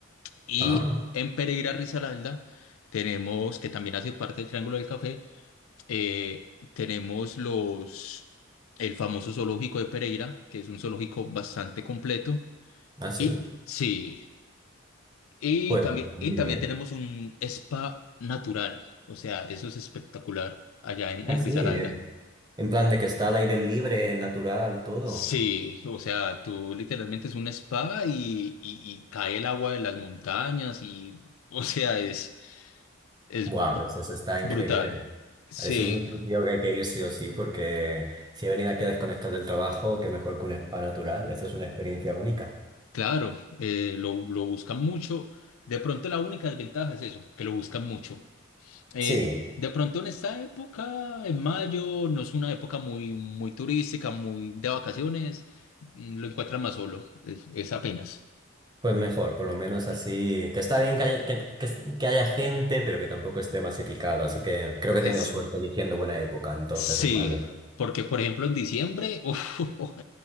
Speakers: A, on the left; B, on the right.
A: Y
B: Ah,
A: en Pereira, Risaralda, tenemos, que también hace parte del Triángulo del Café, eh, tenemos los, el famoso zoológico de Pereira, que es un zoológico bastante completo.
B: ah, sí.
A: Y sí. Y
B: Pues
A: también,
B: muy
A: y también
B: bien.
A: tenemos un spa natural, o sea, eso es espectacular allá en,
B: Ah,
A: en
B: sí,
A: Risaralda.
B: bien. En plan de que está al aire libre, natural, todo.
A: Sí, o sea, tú literalmente es un spa y, y, y cae el agua de las montañas y, <laughs> o sea, es, es
B: Buah,
A: bu-
B: pues eso está
A: brutal.
B: increíble.
A: Sí,
B: Eso es un sitio que hay que ir sí o sí, porque si he venido aquí a desconectar del trabajo, qué mejor que un spa natural. Eso es una experiencia única.
A: claro, eh, lo, lo buscan mucho. De pronto la única desventaja es eso, que lo buscan mucho. Eh,
B: Sí,
A: de pronto en esta época, en mayo, no es una época muy, muy turística, muy de vacaciones, mm, lo encuentran más solo, es, es apenas.
B: pues mejor, por lo menos así. Que está bien que, hay- que, que, que haya gente, pero que tampoco esté masificado. Así que creo
A: Es,
B: que he tenido suerte eligiendo buena época, entonces
A: Sí,
B: en mayo.
A: porque por ejemplo en diciembre, <laughs> uf,